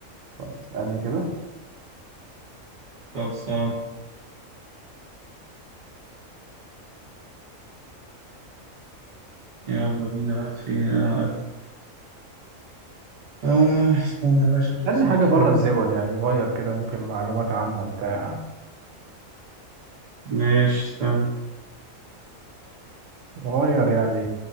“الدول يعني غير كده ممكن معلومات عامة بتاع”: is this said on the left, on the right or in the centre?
Right